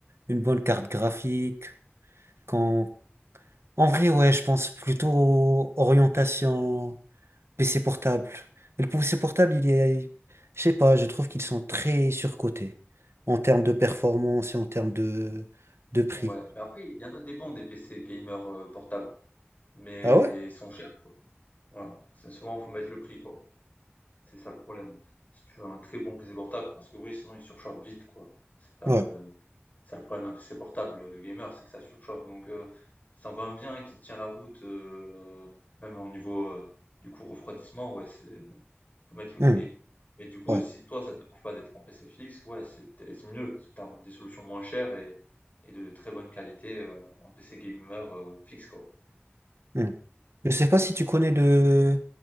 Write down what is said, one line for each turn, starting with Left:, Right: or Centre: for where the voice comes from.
Right: une bonne carte graphique. Quand... En vrai, ouais, je pense plutôt orientation PC portable. Et le PC portable, il est... Je sais pas, je trouve qu'ils sont très surcotés en termes de performance et en termes de, de prix.
Left: Ouais, mais après, il y en a des bons, des PC gamers euh, portables, mais
Right: Ah ouais?
Left: ils sont chers, quoi. Voilà, c'est souvent, faut mettre le prix, quoi. C'est ça le problème. Si tu veux un très bon PC portable, parce que oui, sinon il surchauffe vite, quoi. C'est ça
Right: Ouais.
Left: le, C'est ça le problème d'un PC portable, heu, gamer, c'est que ça surchauffe donc heu, ça en va bien qui tient la route, heu, même au niveau, heu, du coup refroidissement, ouais, c'est faut mettre le
Right: Hmm,
Left: prix. Mais du coup,
Right: ouais.
Left: si toi ça te dérange pas d'être en PC fixe, ouais, c'est peut-être c'est mieux, parce que tu des solutions moins chères et et de très bonne qualité, heu, en PC gamer, heu, fixe quoi.
Right: hmm. Je sais pas si tu connais le,